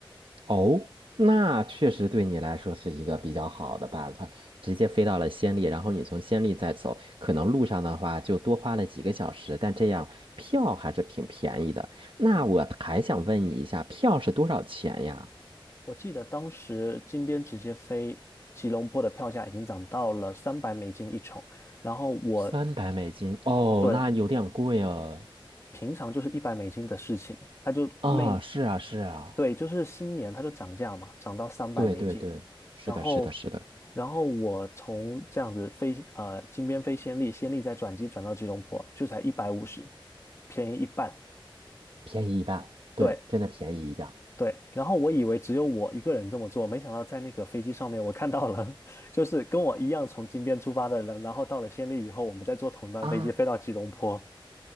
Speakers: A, on the right; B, on the left.
A: 哦，那确实对你来说是一个比较好的办法，直接飞到了暹粒，然后你从暹粒再走，可能路上的话就多花了几个小时，但这样票还是挺便宜的。那我还想问你一下，票是多少钱呀？
B: 我记得当时金边直接飞吉隆坡的票价已经涨到了三百美金一程，然后我
A: 三百美金，哦，
B: 对
A: 那有点贵哦。
B: 平常就是一百美金的事情，它就那
A: 啊，是啊，是啊，
B: 对就是新年它就涨价嘛，涨到三百美金，
A: 对对对，是的，
B: 然后
A: 是的，是的，
B: 然后我从这样子飞呃金边飞暹粒，暹粒再转机转到吉隆坡就才一百五十，便宜一半。
A: 便宜一半，对，
B: 对，
A: 真的便宜一半
B: 对，然后我以为只有我一个人这么做，没想到在那个飞机上面我看到了，<laughs> 就是跟我一样从金边出发的人，然后到了暹粒以后，我们再坐同一班飞机飞到吉隆坡。
A: 啊。